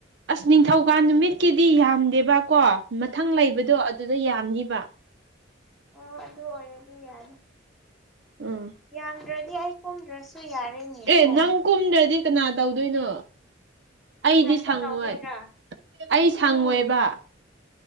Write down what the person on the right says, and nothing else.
ꯑꯁ ꯅꯤꯡꯊꯧꯀꯥꯟ ꯅꯨꯃꯤꯠꯀꯤꯗꯤ ꯌꯥꯝꯗꯦꯕꯀꯣ ꯃꯊꯪ ꯂꯩꯕꯗꯣ ꯑꯗꯨꯗ ꯌꯥꯝꯅꯤꯕ
ꯎꯝ
ꯑꯦ
ꯅꯪ ꯀꯨꯝꯗ꯭ꯔꯗꯤ ꯀꯅꯥ ꯇꯧꯗꯣꯏꯅꯣ ꯑꯩꯗꯤ
ꯁꯪꯉꯣꯏ
ꯑꯩ ꯁꯪꯉꯣꯏꯕ